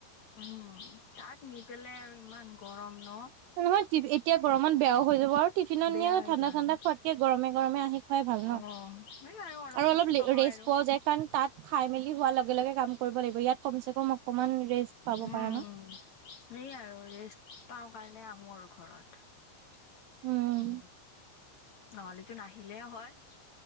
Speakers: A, on the left; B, on the right.
A: উম তাত নি পেলাই আৰু ইমান গৰম। ন
B: নহয় এতিয়া গৰমত বেয়াও হৈ যাব আৰু। টিফিনত
A: বেয়া
B: নিয়ে
A: হৈ
B: ঠাণ্ডা
A: যায়
B: ঠাণ্ডা খোৱাতে গৰমে গৰমে আহি খুৱাই ভাল ন
A: অ' সেই
B: আৰু
A: কষ্ট
B: অলপ
A: হয়
B: ৰেষ্ট।
A: আৰু
B: পোৱা যায় কাৰণ তাত খাই মেলি হোৱাৰ লগে লগে কাম কৰিব লাগিব ইয়াত। কমচে কম অকমান ৰেষ্ট পাব
A: উম
B: পাৰা ন
A: সেই আৰু। পাওঁ কাৰণে আহোঁ আৰু ঘৰত। উ
B: উম
A: নহলেটো নাহিলে হয়।